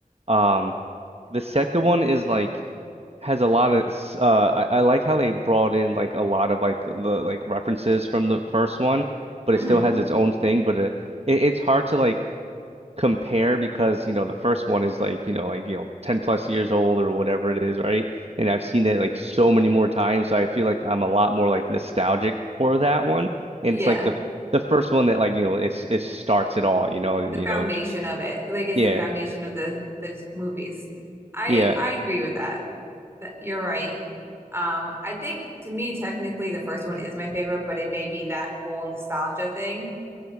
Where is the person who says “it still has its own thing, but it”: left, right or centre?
Right